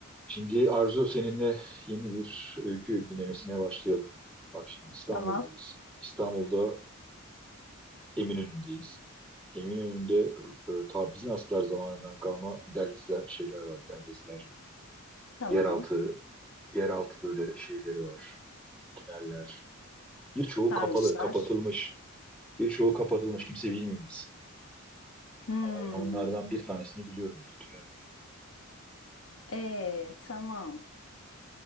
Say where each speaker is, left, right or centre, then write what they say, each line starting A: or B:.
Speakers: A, in the centre; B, on the left.
A: Şimdi Arzu seninle yeni bir öykü dinlemesine başlayalım. Bak şimdi İstanbul'dayız.
B: Tamam.
A: İstanbul'da Eminönü'ndeyiz. Eminönü'nde e, ta Bizanslar zamanından kalma dehlizler, şeyler var, dehlizler.
B: Tamam.
A: Yeraltı, yeraltı böyle şeyleri var, tüneller. Birçoğu
B: Sarnıçlar.
A: kapalı, kapatılmış. Birçoğu kapatılmış, kimse bilmiyor biz.
B: Hmm.
A: Ama Ben onlardan bir tanesini biliyorum, bir tünel.
B: Ee, tamam.